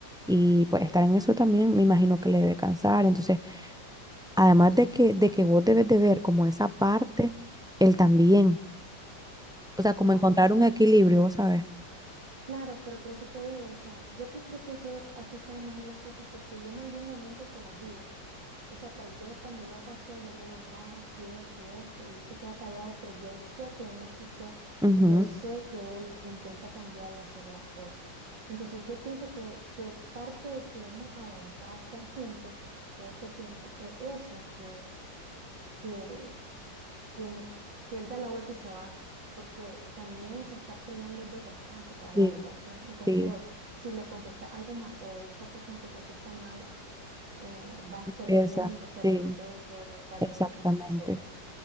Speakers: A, in the centre; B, on the right.
A: Y pues estar en eso también me imagino que le debe cansar. Entonces, además de que, de que vos debes de ver como esa parte, él también. O sea, como
B: Claro,
A: encontrar
B: Era como
A: un equilibrio, ¿sabes?
B: Claro, pero por eso te digo, o sea, yo prefiero que se- así sean mejor las cosas porque yo en algún momento se las digo. O sea, tal vez cuando ya pasó, yo le digo, mira, esto y esto y esto, y él se queda callado, pero yo sé que él me escuchó
A: Ujú.
B: y yo sé que él intenta cambiar y hacer las cosas. Entonces, yo pienso que, que parte de que hemos aguantado estar juntos todo este tiempo es eso, que, que que, n- que él da la vuelta y se va, porque también estar peleando es desgastante para la
A: Sí,
B: relación. Y como
A: sí,
B: te digo, si le contestas algo mal o esa persona te contesta mal, eh, vas perdiendo
A: esa,
B: ese
A: sí,
B: respeto, cariño,
A: exactamente.
B: etcétera.